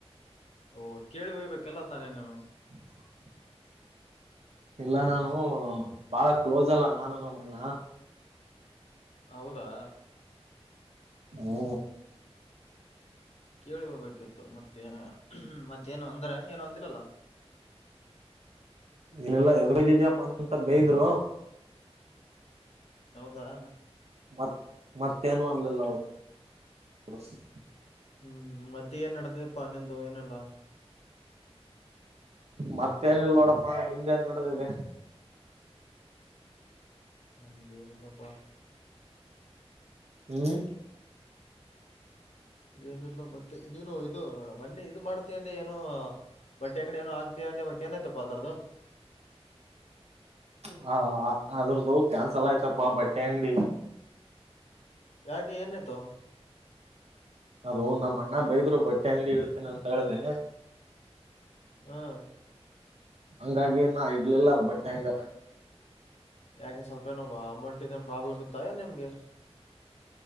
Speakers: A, on the left (about 75°); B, on the right (about 75°).
A: ಓಹ ಕೇಳಿ ಹೊಯ್ಬೇಕ ಎಲ್ಲ ತಾನೇ ನೀನು
B: ಹ <unintelligible> ಇಲ್ಲ ನಾನು ಬಾಳ ಕ್ಲೋಸ್ ಅಲ್ಲ ನಾನು ನಮ್ಮ ಅಣ್ಣ
A: ಹೌದಾ
B: ಹ್ಮ
A: ಕೇಳಿ ಹೋಯಬೇಕಿತ್ತು ಮತ್ತೇ ಮತ್ತೇನು ಅಂದ್ರ ಏ ಏನು ಅಂದಿಲ್ಲಲ್ಲ
B: ನೀನೆಲ್ಲಾ ಎಲ್ಲಿದ್ದೀಯಪ್ಪ ಅಂತಂತ ಬಯದ್ರು
A: ಹೌದಾ
B: ಮತ್ ಮತ್ತೇನು ಅನ್ಲಿಲ್ಲ <unintelligible>
A: ಹ್ಮ್ ಮತ್ತೆ ಏನ್ ನದಿದೆಪ್ಪಾ ಅನ್ನೆಂದು ಏನಲ್ಲಾ
B: ಮತ್ತೇನಿಲ್ಲ ನೋಡಪ್ಪಾ ನಿಂದೇನ್ ನಡೆದಿದೆ
A: ನಮ್ದ ಏನಿಲ್ಲಪ್ಪ
B: ಹ್ಮ್
A: ಏನಿಲ್ಲ ಮತ್ತೆ ನೀನು ಇದು ಮೊನ್ನೆ ಇದು ಮಾಡ ಆ ಅಂದ ಏನು ಬಟ್ಟೆ ಅಂಗಡಿ ಏನು ಆಗ್ತ ಅಂದೆ ಮತ್ತೆ ಏನಾಯ್ತಪ್ಪಾ ಅದ್ರುದು
B: ಹಾ ಅದ್ರ್ದು ಕ್ಯಾನ್ಸಲ್ ಆಯ್ತಪ್ಪಾ ಬಟ್ಟೆ ಅಂಗಡಿ
A: ಯಾಕೆ ಏನಾಯ್ತು
B: ಅದು ನಮ್ಮ ಅಣ್ಣ ಬೈದ್ರು ಬಟ್ಟೆ ಅಂಗಡಿ ಇಡ್ತೇನ ಅಂತ ಹೇಳ್ದೆ
A: ಹ್ಮ್
B: ಹಂಗಾಗಿ ನ ಇಡ್ಲಿಲ್ಲ ಅದ ಬಟ್ಟೆ ಅಂಗ
A: ಯಾಕೆ ಸ್ವಲ್ಪ ಏನೊ ಅಮೌಂಟ್ ಇದನ್ ಪ್ರಾಬ್ಲಮ್ ಇತ್ತ ನಿಮ್ಗೆ